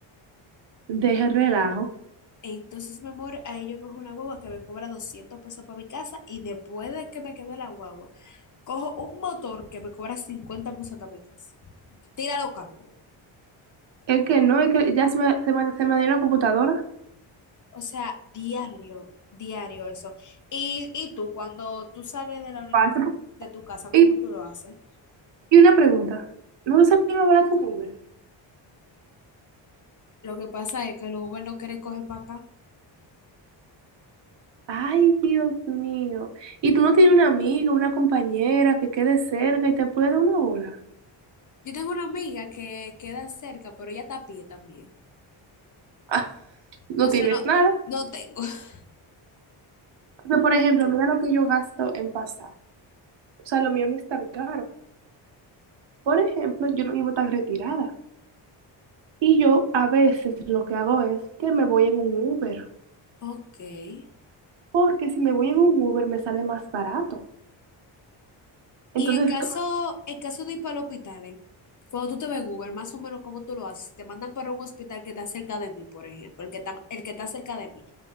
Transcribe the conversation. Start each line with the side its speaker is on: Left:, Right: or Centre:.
Right: Deje el relajo.
Left: entonces, mi amor, ahí yo cojo una guagua que me cobra 200 pesos para mi casa y después de que me quede la guagua, cojo un motor que me cobra 50 pesos para mi casa. Tira los cálculos.
Right: Es que no, es que ya se me, se me, se me dio la computadora.
Left: O sea, diario, diario eso. Y, y tú, cuando tú sales de la universidad,
Right: Cuatro.
Left: de tu casa,
Right: Y,
Left: ¿cómo tú lo haces?
Right: y una pregunta, ¿no te salió más barato un Uber?
Left: Lo que pasa es que los Uber no quieren coger para acá.
Right: Ay, Dios mío. ¿Y tú no tienes una amiga, una compañera que quede cerca y te puede dar una bola?
Left: Yo tengo una amiga que queda cerca, pero ella está a pie también.
Right: Ah, no
Left: Entonces
Right: tienes
Left: no,
Right: nada.
Left: no tengo. <laughs>
Right: Pero, por ejemplo, mira lo que yo gasto en pasar. O sea, lo mío no es tan caro. Por ejemplo, yo no vivo tan retirada. Y yo a veces lo que hago es que me voy en un Uber.
Left: Ok. Y
Right: porque si me voy en un Uber me sale más barato. Entonces,
Left: en caso,
Right: co-
Left: en caso de ir para el hospital, ¿eh? Cuando tú te ves en Uber, más o menos cómo tú lo haces. Si te mandan para un hospital que está cerca de mí, por ejemplo, el que está, el que está cerca de mí,